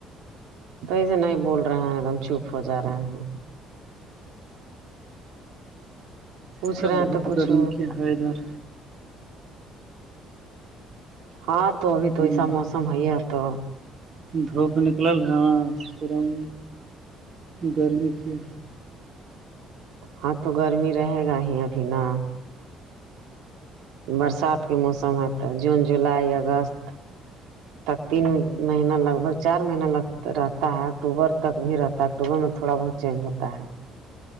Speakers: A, on the right (about 85°); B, on the right (about 45°).
A: تو ای سے نہیں بول رہے ہیں اب ہم چپ ہو جا رہے ہیں پوچھ
B: ارے
A: رہے ہیں
B: بہت
A: تو کچھ
B: گرمی کیا ہے ادھر
A: ہاں تو ابھی تو
B: ہوں
A: ایسا موسم ہے ہے تو
B: دھوپ نکلل ہے پھر ہم گرمی کیا
A: ہاں تو گرمی رہے گا ہی ابھی نا برسات کے موسم ہے تو جون جولائی اگست تک تین مہین لگ بھگ چار مہیننا لگ رہتا ہے اکتوبر تک بھی رہتا ہے اکٹوبر میں تھوڑا بہت چینج ہوتا ہے